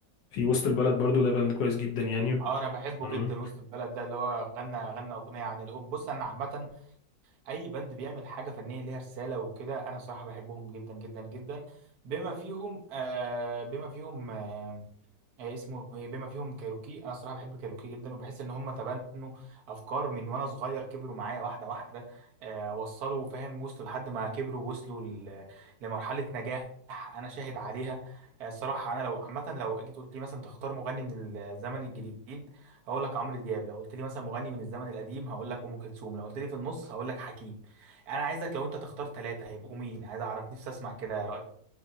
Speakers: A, on the left; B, on the right.
A: في وسط البلد برضو ده بند كويس جدا يعني
B: اه انا بحبه
A: تمام
B: جدا وسط البلد ده اللي هو غنى غنى اغنيه عن الام بص انا عامه اي باند بيعمل حاجه فنيه ليها رساله وكده انا صراحه بحبهم جدا جدا جدا بما فيهم آه بما فيهم آه آه، اسمه ايه بما فيهم كايروكي انا الصراحه بحب كايروكي جدا وبحس ان هم تبنوا افكار من وانا صغير كبروا معايا واحده واحده آه وصلوا فاهم وصلوا لحد ما كبروا وصلوا ل- لمرحله نجاح انا شاهد عليها آه، الصراحه انا لو عامه لو جيت قلت لي مثلا تختار مغني من الزمن الجديد هقول لك عمرو دياب لو قلت لي مثلا مغني من الزمن القديم هقول لك ام كلثوم لو قلت لي في النص هقول لك حكيم انا عايزك لو انت تختار ثلاثه هيبقوا مين عايز اعرف نفسي اسمع كده رايك